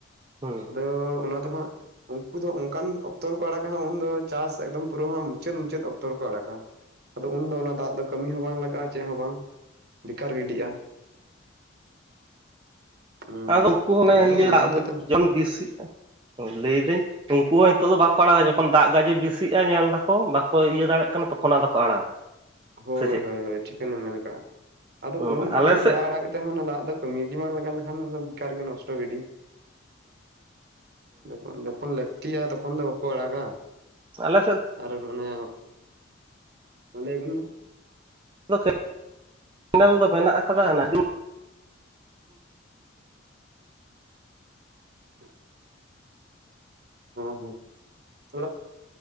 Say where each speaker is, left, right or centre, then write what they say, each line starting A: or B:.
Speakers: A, on the right; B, on the right.
A: ᱦᱩᱸ
B: ᱟᱫᱚ ᱚᱱᱟ ᱫᱚ ᱦᱟᱸᱜ᱾ ᱩᱱᱠᱩ ᱫᱚ ᱚᱱᱠᱟᱱ ᱚᱠᱛᱚ ᱨᱮᱠᱚ ᱟᱲᱟᱜᱟ ᱩᱱᱫᱚ ᱪᱟᱥ ᱮᱠᱫᱚᱢ ᱯᱩᱨᱟᱹ ᱦᱟᱸᱜ ᱢᱩᱪᱟᱹᱫ ᱢᱩᱪᱟᱹᱫ ᱚᱠᱛᱚ ᱨᱮᱠᱚ ᱟᱲᱟᱜᱟ᱾ ᱟᱫᱚ ᱩᱱᱫᱚ ᱚᱱᱟ ᱫᱟᱜ ᱫᱚ ᱠᱟᱹᱢᱤ ᱦᱚᱸ ᱵᱟᱝ ᱞᱟᱜᱟᱜ-ᱟ ᱪᱮᱫ ᱦᱚᱸ ᱵᱟᱝ ᱵᱮᱠᱟᱨ ᱜᱤᱰᱤᱜ-ᱟ᱾ ᱦᱩᱸ ᱦᱩᱸ
A: ᱟᱫᱚ ᱩᱱᱠᱩ ᱚᱱᱮ
B: ᱟᱫᱚ
A: ᱤᱭᱟᱹ
B: ᱚᱱᱟ
A: ᱫᱟᱜ
B: ᱦᱚᱛᱮᱡ ᱛᱮ
A: ᱡᱚᱱ ᱵᱤᱥᱤᱜ-ᱟ ᱞᱟᱹᱭᱫᱟᱹᱧ ᱩᱱᱠᱩ ᱦᱚᱸ ᱱᱤᱛ ᱫᱚ ᱵᱟ᱾ ᱵᱟᱠᱚ ᱟᱲᱟᱜᱟ ᱡᱚᱠᱷᱚᱱ ᱫᱟᱜ ᱜᱟᱡᱮ ᱵᱮᱥᱤᱜ-ᱟ ᱧᱮᱞ ᱫᱟᱠᱚ ᱵᱟᱠᱚ ᱤᱭᱟᱹ ᱫᱟᱲᱮᱭᱟᱜ ᱠᱟᱱᱟ ᱛᱚᱠᱷᱚᱱ ᱟᱫᱚᱠᱚ ᱟᱲᱟᱜᱟ᱾
B: ᱦᱳᱭ
A: ᱥᱮ ᱪᱮᱫ
B: ᱦᱳᱭ ᱦᱳᱭ ᱴᱷᱤᱠᱟᱹᱱᱮᱢ ᱢᱮᱱ ᱟᱠᱟᱜ-ᱟ ᱟᱫᱚ
A: ᱦᱩᱸ
B: ᱩᱱ
A: ᱟᱞᱮ
B: ᱚᱠᱛᱚ
A: ᱥᱮᱫ
B: ᱫᱟᱜ ᱟᱲᱟᱜ᱾ ᱠᱟᱛᱮ ᱦᱚᱸ ᱚᱱᱟ ᱫᱟᱜ ᱫᱚ ᱠᱟᱹᱢᱤ ᱜᱮ ᱵᱟᱝ ᱞᱟᱜ ᱞᱮᱠᱷᱟᱱ ᱫᱚ ᱵᱮᱠᱟᱨ ᱜᱮ ᱱᱚᱥᱴᱚ ᱜᱤᱰᱤ᱾ ᱡᱚᱠᱷᱚᱱ ᱡᱚᱠᱷᱚᱱ ᱞᱟᱹᱠᱛᱤᱭᱟ ᱛᱚᱠᱷᱚᱱ ᱫᱚ ᱵᱟᱠᱚ ᱟᱲᱟᱜᱟ᱾
A: ᱟᱞᱮ ᱥᱮᱫ᱾
B: ᱟᱨ ᱢᱟᱱᱮ, ᱞᱟᱹᱭ ᱵᱤᱱ ᱢᱟ᱾
A: <unintelligible> ᱠᱮᱱᱮᱞ ᱫᱚ ᱢᱮᱱᱟᱜ ᱟᱠᱟᱫᱟ ᱱᱟᱵᱤᱱ?
B: <unintelligible> ᱦᱮᱸ ᱦᱮᱸ ᱚᱲᱟᱜ